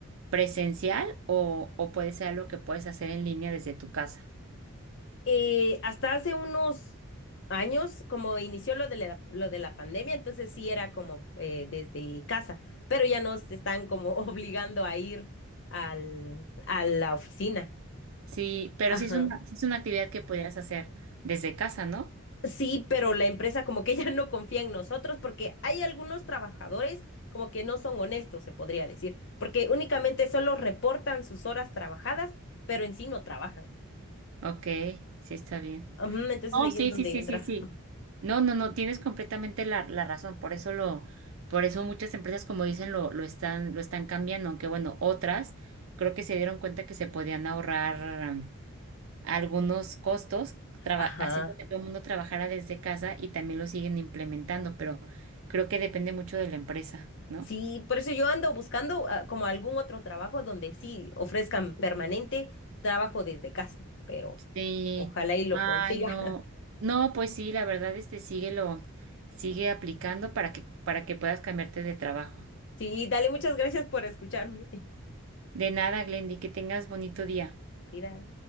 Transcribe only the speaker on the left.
Eh, hasta hace unos años, como inició lo de la, lo de la pandemia, entonces sí era como eh, desde casa, pero ya nos están como <laughs> obligando a ir al, a la oficina.
Ajá.
Sí, pero la empresa como que <laughs> ya no confía en nosotros porque hay algunos trabajadores como que no son honestos, se podría decir, porque únicamente solo reportan sus horas trabajadas, pero en sí no trabajan.
Ujú, entonces
ahí
es donde
entra.
Ajá.
Sí, por eso yo ando buscando ah, como algún otro trabajo donde sí ofrezcan permanente trabajo desde casa, pero
ojalá y lo
consiga.
<laughs>
Sí, dale, muchas gracias por escucharme. <laughs>
Te cuidas.